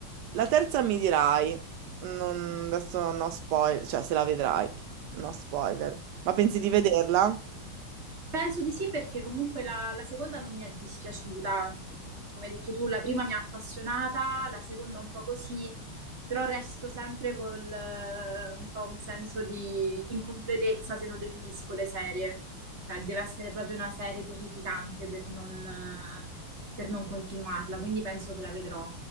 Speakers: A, on the right; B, on the right.
A: La terza mi dirai, non- adesso no spoiler, cioè se la vedrai, no spoiler. Ma pensi di vederla?
B: Penso di sì perché comunque la, la seconda non mi è dispiaciuta. Mm, Come hai detto tu, la prima mi ha appassionata, la seconda un po' così, però resto sempre col eh, un po' un senso di incompletezza se non definisco le serie. Cioè, deve essere proprio una serie terrificante per non, eh, per non continuarla, quindi penso che la vedrò.